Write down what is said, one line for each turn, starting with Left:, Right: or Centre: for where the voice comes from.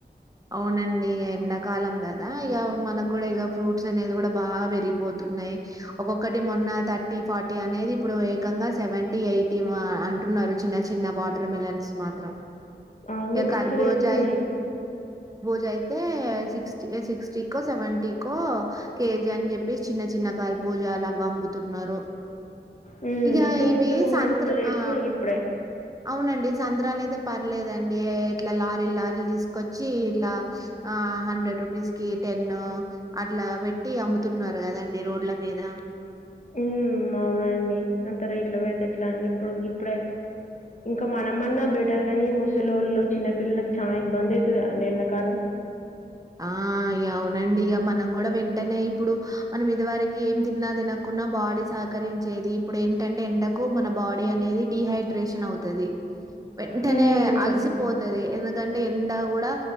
Right: అవునండి ఇ ఎండాకాలం కదా ఇక మనకు కూడా ఇక ఫ్రూట్స్ అనేది కూడా బాగా పెరిగిపోతు న్నయి ఒక్కొక్కటి మొన్న థర్టీ ఫార్టీ అనేది ఇప్పుడు ఏకంగా సెవెంటీ ఎయిటీ మా అన్ ఉన్నాడు చిన్న చిన్న వాటర్ మిలన్స్ మాత్రం
Left: అవును.
Right: ఇ
Left: మస్తు
Right: కర్బోజాయి
Left: రేట్స్ ఉన్నాయి.
Right: జయితే సిక్స్టీ సిక్స్టీ కో సెవెంటీ కో కేజీ అని చెప్పి చిన్న చిన్న కా భూజ అలా పంపుతున్నారు
Left: హ్మ్.
Right: ఇక
Left: ఫ్రూట్స్
Right: ఇవి సంత్ర
Left: మస్తు రేట్లున్నాయి
Right: ఆ
Left: ఇప్పుడే.
Right: అవునండి సంద్రాలయితే పర్లేదండి ఇట్లా లారీలు లారీలు తీసుకొచ్ చ్చి ఇలా ఆ హండ్రెడ్ రూపీస్ కి టెన్ అట్లా పెట్టి అమ్ముతున్నారు గా దండి రోడ్ల మీద
Left: ఉమ్ అవునండి ఇంత రేట్లు పెడితే ఎట్లా అండి ఇప్పుడు గిప్పుడే ఇంకా మనం అన్నా బెటర్ గానీ ముస్ సలోళ్ళు చిన్నపిల్లలకి చాలా ఇబ్బంది ఐతుది అండి ఎండాకాలం
Right: ఆ ఇగ అవునండి ఇగ మనం కూడా వెంటనే ఇప్పుడు మనం ఇది వరకి ఏం తిన్నా తినకు ఉన్నా బాడీ సహకరించేది ఇప్పుడు ఏంటంటే ఎండకు మన బాడీ అనేది డిహైడ్రేషన్ అవుతాది వెంటనే
Left: హ్మ్.
Right: అలసిపోతది ఎందుకంటే ఎండా కూడా